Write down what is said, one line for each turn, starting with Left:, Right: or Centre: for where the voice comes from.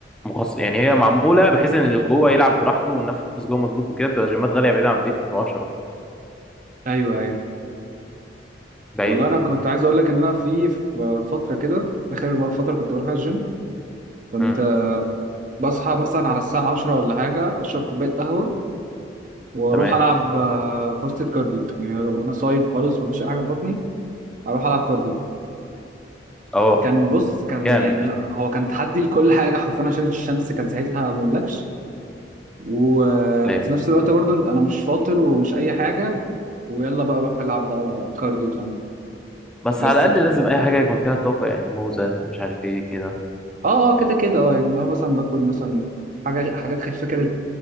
Centre: مخصص يعني هي معموله بحيث ان اللي جوه يلعب براحته والنفس جوه مظبوط وكده بتبقى جيمات غاليه بعيده عن بيتي ما اعرفش اروح
Right: ايوه ايوه
Centre: بعيد
Right: والله انا كنت عايز اقول لك ان انا في في فتره كده اخر فتره كنت بروح الجيم كنت
Centre: امم
Right: آه، بصحى مثلا على الساعه 10 ولا حاجه اشرب كوبايه قهوه واروح
Centre: تمام
Right: العب آه، فاست كارديو يعني لو انا صايم خالص مفيش اي حاجه في بطني اروح العب كارديو
Centre: اه
Right: كان بص كان
Centre: جامد
Right: يعني لا، هو كان تحدي لكل حاجه حرفيا عشان الشمس كان ساعتها ما اقولكش و...
Centre: ايوه
Right: وفي نفس الوقت برضه انت- انا مش فاطر ومش اي حاجه ويلا بقى اروح العب بقى كارديو كمان
Centre: بس
Right: بس
Centre: على الاقل لازم اي حاجه يكون فيها طاقه يعني موزه مش عارف ايه كده
Right: اه اه كده كده اه يعني اللي هو مثلا باكل مثلا حاجة حاجات خفيفة كده